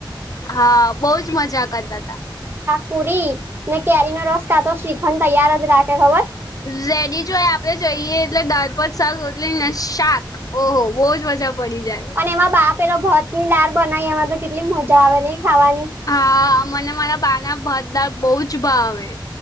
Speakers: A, on the left (about 45°); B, on the right (about 25°).
A: હા. બહું જ મજા કરતા તા.
B: પુરી ને કેરી નો રસ કાં તો શ્રીખંડ તૈયાર જ રાખે ખબરશ?
A: રેડી જ હોય. આપણે જઈએ એટલે દાળ-ભાત, શાક, રોટલી ને શાક. ઓહો! બહુ જ મજા પડી જાય.
B: અને એમાં બા પહેલો ભતની દાળ બનાઈ, એમાં તો કેટલી મજા આવે નહીં ખાવાની.
A: હા. મને મારા બા ના ભાત-દાળ બહુ જ ભાવે.